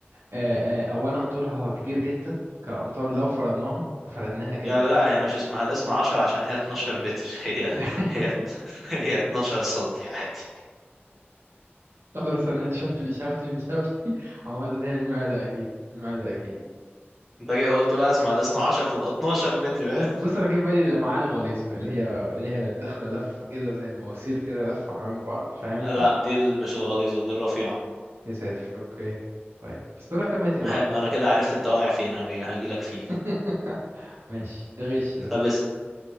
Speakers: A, on the right (about 75°); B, in the centre.
A: آه، آه، اولا طولها كبير جدا كامتار لو فرضناها فرضناها كده
B: يا لا هي مش اسمها الاثنى عشر عشان هي 12 متر <laughs> هي
A: <laughs> لا.
B: هي هي 12 سنتي عادي
A: خلاص انا شفت شفتي شفتي عامة هي المعدة اكيد المعدة اكيد
B: انت كده قلت بقى اسمع الاثنا عشر تبقى 12 متر فاهم
A: بص انا جه في بالي الامعاء الغليظه اللي هي اللي هي داخله لفه كده زي المواسير كده لفه حوالين بعض فاهم
B: <laughs>
A: انت
B: لا دي ال- مش الغليظة دي الرفيعة
A: يا ساتر اوكي طيب بس دول كم متر
B: حلو
A: بقى
B: انا كده عرفت انت واقع فين هجي هجيلك فيه
A: <laughs> ماشي ده غش ده
B: طب اسأل